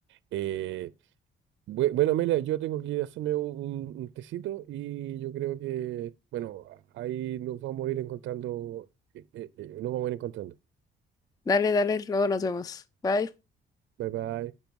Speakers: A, on the right; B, on the left.
A: Eh, bue- bueno, Amelia, yo tengo que ir a hacerme un, un- un tecito y yo creo que, bueno, ahí nos vamos a ir encontrando, eh, eh, eh, nos vamos a ir encontrando.
B: Dale, dale, luego nos vemos. Bye.
A: Bye bye.